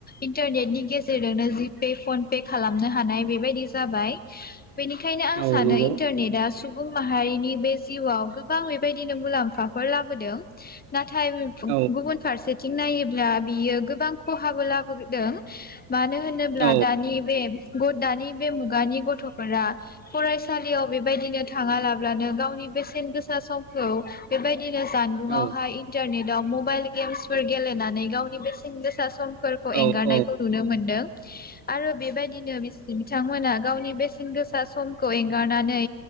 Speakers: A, on the left; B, on the right.
A: इन्टारनेटनि गेजेरजोंनो जी पे, फन पे खालामनो हानाय बेबायदि जाबाय। बेनिखायनो आं
B: औ
A: सानो
B: नंगौ
A: इन्टारनेटआ सु सुबुं माहारिनि बे जिउआव गोबां बेबायदिनो मुलाम्फाफोर लाबोदों। नाथाय बे <unintelligible>
B: औ
A: गुबुन फारसेथिं नायो दा बियो गोबां खहाबो लाबो <unintelligible> दों मानो होनोब्ला
B: औ
A: दानि बे गथ दानि बे मुगानि गथ'फोरा फरायस सालियाव बेबायदिनो थाङालाब ब्लानो गावनि बेसेन गोसा समखौ बेबाय <unintelligible> जानबुङावहाय
B: औ
A: नेटाव मबाइल गेम्स फोर गेलेनानै गावनि बेसेन गोसा सम फोरखौ
B: औ
A: एंगारनायखौ
B: औ
A: नुनो मोनदों। आरो बेबायदिनो बिसि बिथांमोना गावनि बेसेन गोसा समखौ एंगारनानै